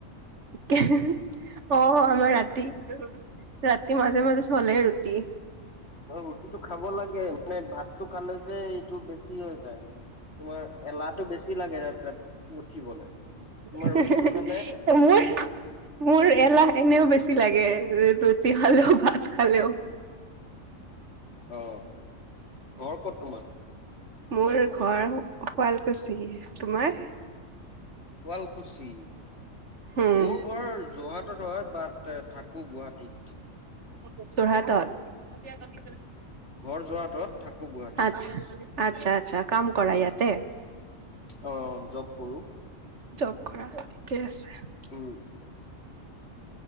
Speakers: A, on the right (about 60°); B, on the left (about 50°).
A: অ আমাৰ ৰাতি। ৰাতি মাজে মাজে চলে ৰুটি
B: অ ৰুটিটো খাব লাগে মানে ভাতটো খালে যে টো বেছি হৈ যায় তোমাৰ এলাহটো বেছি লাগে উঠিবলৈ তোমাৰ
A: হে
B: ৰুটিটো
A: হে হে,
B: খালে
A: মোৰ মোৰ এলাহ এনেও বেছি লাগে ৰুটি খালেও ভাত খালেও।
B: অ ঘৰ ক'ত তোমাৰ।
A: মোৰ ঘৰ শুৱালকুছি তোমাৰ।
B: শুৱালকুছি
A: উম
B: মোৰ ঘৰ যোৰহাট। হয় বাট থাকো গুৱাহাটীত।
A: যোৰহাটত
B: ঘৰ যহাটত থাকোঁ গুৱাহাটী।
A: আচ্ছা আচ্ছা আচ্ছা কাম কৰা
B: উম
A: ইয়াতে।
B: অ জব কৰো
A: জব কৰা ঠিকেই আছে
B: উম